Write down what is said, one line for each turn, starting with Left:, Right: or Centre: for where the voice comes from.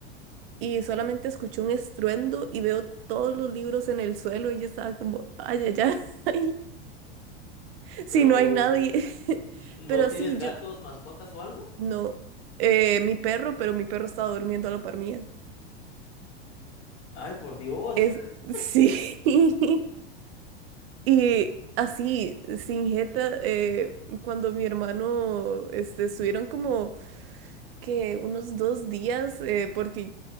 Right: y solamente escuché un estruendo y veo todos los libros en el suelo y yo estaba como, ay, ay, ay, <laughs> si
Left: pero
Right: no hay nadie. <laughs>
Left: n- ¿no
Right: Pero
Left: tienes
Right: sí,
Left: gatos,
Right: yo,
Left: mascotas o algo?
Right: No, eh, mi perro, pero mi perro estaba durmiendo a la par mía.
Left: Ay, por Dios.
Right: Es,
Left: <laughs>
Right: sí. <laughs> Y así, sin jeta, eh, cuando mi hermano, este, estuvieron como que unos dos días, eh, porque